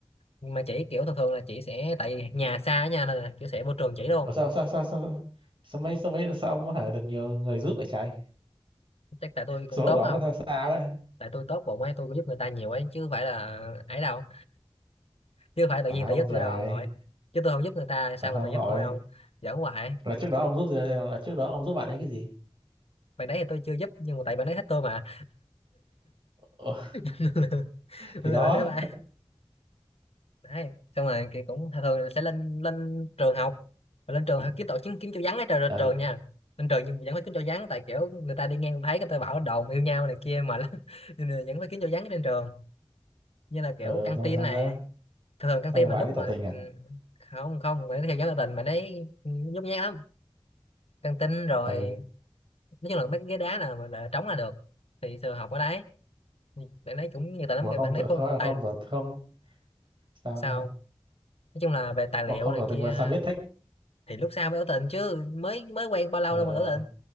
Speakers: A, on the left; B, on the right.
A: nhưng mà chị kiểu thường thường là chị sẽ tại vì nhà xa nha nên là kiểu sẽ vô trường chỉ luôn
B: Ủa sao sao sao sao sao mấy sao mấy sao ông hả được nhiều người giúp vậy trái
A: chắc tại tôi cũng
B: số
A: tốt
B: của ông
A: không
B: nó sao sao ấy
A: tại tôi tốt bụng ấy tôi cũng giúp người ta nhiều ấy chứ không phải là ấy đâu chứ không phải tự
B: phải
A: nhiên tại
B: không
A: giúp
B: trời
A: tôi đâu ông nội chứ tôi không giúp người ta
B: thật
A: sao
B: không
A: người ta giúp
B: nội
A: tôi không giỡn hoài
B: là trước đó ông giúp gì- là trước đó ông giúp bạn ấy cái gì
A: bạn đấy thì tôi chưa giúp nhưng mà tại bạn đấy thích tôi mà
B: Ủa,
A: <laughs>
B: thì
A: nên
B: đó
A: là bạn đấy ba đấy xong rồi thì cũng thường thường là sẽ lên lên trường học và lên trường kiếm tổ kiếm kiếm chỗ vắng ở trường,
B: ừ,
A: trường nha lên trường nhưng mà vẫn phải kiếm chỗ vắng tại kiểu người ta đi ngang thấy người ta bảo đồn yêu nhau này kia mà <laughs> nên là vẫn phải kiếm chỗ vắng trên trường như là kiểu
B: ừ
A: căng
B: xong
A: tin
B: rồi sao
A: này
B: nữa
A: thường căng
B: xong
A: tin
B: rồi bạn
A: mà lúc
B: đi tỏ
A: mà
B: tình à
A: ừ, không không phải theo dõi tỏ tình mà đấy ừ, nhút nhát lắm căng tin rồi
B: ừ
A: nói chung là mấy cái ghế đá nào mà đã trống là được thì thường học ở đấy Thì bạn đấy cũng nhiều tài lắm
B: mà
A: kiểu
B: không
A: bạn
B: tự
A: đấy phô
B: không
A: tài
B: không tỏ không sao
A: sao
B: sao
A: nói chung là về tài
B: Ủa,
A: liệu
B: không
A: này
B: tỏ tình
A: kia
B: mà sao biết thích
A: thì lúc sau mới tỏ tình chứ mới mới quen bao lâu
B: ờ
A: đâu mà tỏ tình